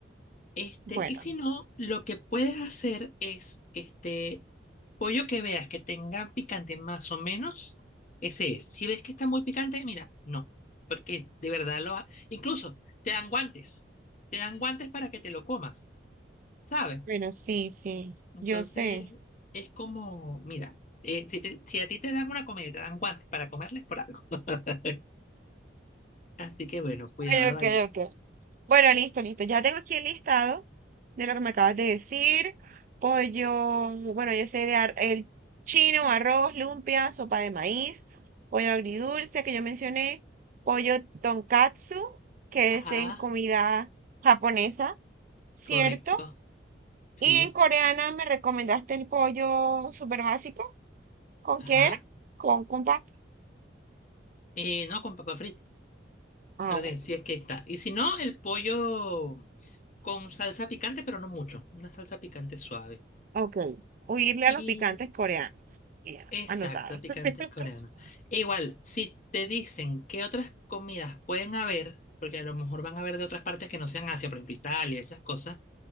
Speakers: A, on the left; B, on the right.
A: Este,
B: Bueno,
A: y si no, lo que puedes hacer es este, Pollo que veas que tenga picante más o menos, ese es. Si ves que está muy picante, mira, no, porque de verdad lo ha... Incluso te dan guantes, te dan guantes para que te lo comas, ¿sabes?
B: bueno, sí, sí,
A: Entonces
B: yo sé.
A: es como, mira, eh, si, te- si a ti te dan una comida, y te dan guantes para comerles por algo. <laughs> Así que bueno, cuidado
B: Ok, ok,
A: allí.
B: ok. Bueno, listo, listo. Ya tengo aquí el listado de lo que me acabas de decir. Pollo, bueno, yo sé de ar- el chino, arroz, lumpia, sopa de maíz, pollo agridulce que yo mencioné, pollo tonkatsu, que
A: Ajá,
B: es en comida japonesa, ¿cierto?
A: correcto, sí,
B: Y en coreana me recomendaste el pollo súper básico. ¿Con
A: ajá.
B: qué era? Con Kumpa.
A: Eh, no con papa frita,
B: Ah,
A: así,
B: bueno.
A: si es que está. Y si no, el pollo con salsa picante, pero no mucho, una salsa picante suave.
B: Ok. Huirle
A: Y
B: a los picantes coreanos. Ya,
A: exacto,
B: anotado.
A: picantes
B: <laughs>
A: coreanos. E igual, si te dicen qué otras comidas pueden haber, porque a lo mejor van a haber de otras partes que no sean Asia, por ejemplo, Italia, esas cosas,